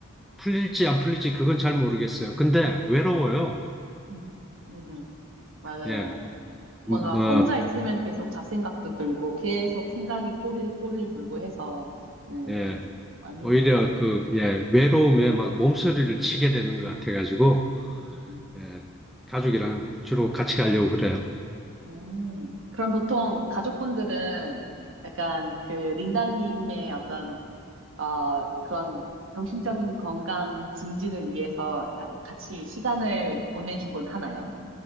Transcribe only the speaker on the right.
음, 음, 음, 맞아요.
뭔가
혼자 있으면 계속 잡생각도 들고 계속 생각에 꼬리를 꼬리를 물고 해서 네,
그- 안 좋은
것 같아요.
음
음, 그럼 보통 가족분들은 약간 그 링달님의 어떤 어, 그런 정신적인 건강 증진을 위해서 다- 같이 시간을 보내주곤 하나요?